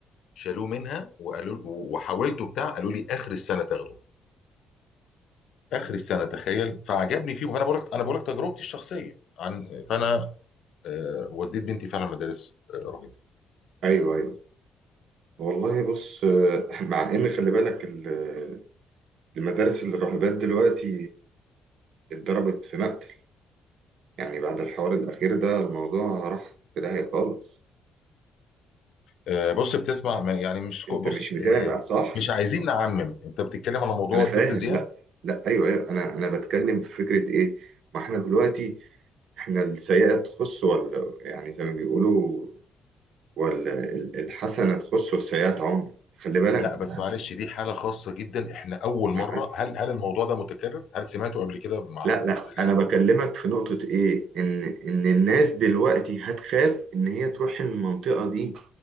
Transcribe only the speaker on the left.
شالوه منها وقالوا وحاولته بتاع قالوا لي اخر السنه تاخده اخر السنه تخيل فعجبني فيه وانا بقول لك انا بقول لك تجربتي الشخصيه عن فانا آه، وديت بنتي فعلا مدارس آه، رهيبه
آه، بص بتسمع ما- يعني مش كو-
بص
آه،
مش عايزين نعمم انت بتتكلم على موضوع
الطفل زياد
لا بس
معلش دي حاله خاصه جدا احنا اول مره
هل هل الموضوع ده متكرر هل سمعته قبل كده مع
لا